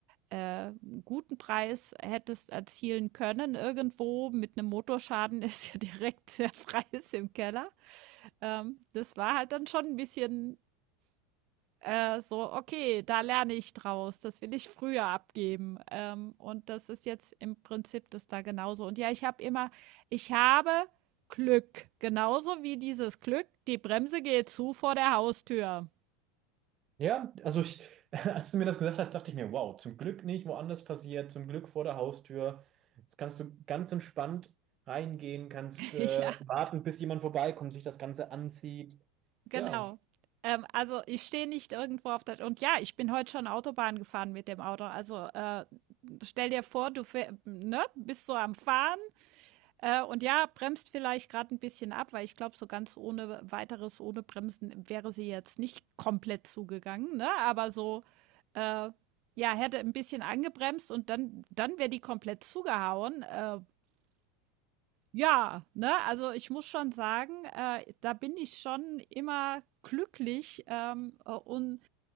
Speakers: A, on the right; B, on the right.
A: äh, guten Preis hättest erzielen können, irgendwo mit einem Motorschaden <laughs> ist ja direkt der Preis im Keller. Ähm, das war halt dann schon ein bisschen, äh, so: „Okay, da lerne ich draus, das will ich früher abgeben.“ Ähm, und das ist jetzt im Prinzip das da genauso. Und ja, ich habe immer ich habe Glück, genauso wie dieses Glück, die Bremse geht zu vor der Haustür.
B: Ja, also ich, <laughs> als du mir das gesagt hast, dachte ich mir, wow, zum Glück nicht woanders passiert, zum Glück vor der Haustür. Jetzt kannst du ganz entspannt reingehen, kannst
A: <laughs>
B: äh,
A: Ja,
B: warten, bis jemand vorbeikommt, sich das Ganze anzieht.
A: genau.
B: Ja,
A: Ähm, also, ich stehe nicht irgendwo auf der und ja, ich bin heute schon Autobahn gefahren mit dem Auto. Also, äh, stell dir vor, du fäh ne, bist so am Fahren Äh, und ja, bremst vielleicht gerade ein bisschen ab, weil ich glaube, so ganz ohne weiteres, ohne Bremsen wäre sie jetzt nicht komplett zugegangen, ne? Aber so, äh, ja, hätte ein bisschen angebremst und dann dann wäre die komplett zugehauen. Äh, ja, ne? Also, ich muss schon sagen, äh, da bin ich schon immer glücklich, ähm, äh, und,